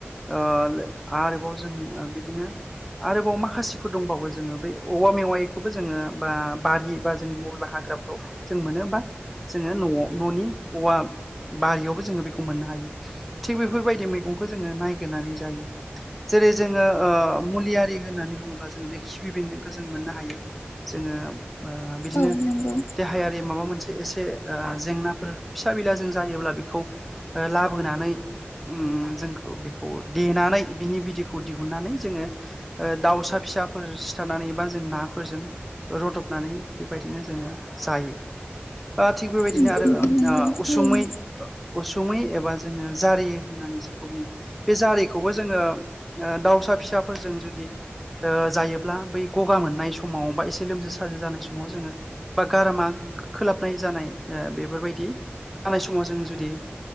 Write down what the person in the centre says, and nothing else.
ओ आरोबाव जों ओ बिदिनो आरोबाव माखासेफोर दंबावो जोङो बेै औवा मेवायखौबो जोङो बा बारि बा जों बबे हाग्राफ्राव जों मोनोबा जोङो न'आव न'नि औवा बारियावबो जोङो बेखौ मोननो हायो। थिग बेफोरबायदि मै गंखौ जोङो नायगिरनानै जायो। जेरै जोङो ओ मुलियारि होननानै बुङोब्ला जोङो बे खिफि बेन्दोंखौ जों मोननो हायो। जोङो ओ बिदिनो
देहायारि माबा मोनसे एसे ओ जेंनाफोर फिसा बिला जों जायोब्ला बेखौ ओ लाबोनानै उम जोंखौ बेखौ देनानै बिनि बिदैखौ दिहुननानै जोङो ओ दाउसा फिसाफोर सिथारनानै बा जों नाफोरजों रदबनानै बेबायदिनो जोङो जायो। ओ थिग बेबायदिनो
आरो
ओ
ओ
उसुमै उसुमै एबा जोङो जारि होननानैसै बुङो। बे जारिखौबो जोङो ओ दाउसा फिसाफोरजों जुदि ओ जायोब्ला बै गगा मोननाय समाव बा एसे लोमजा साजो जानाय समाव जोङो बा गारामा खोलाबनाय जानाय बेफोरबायदि जानाय समाव जों जुदि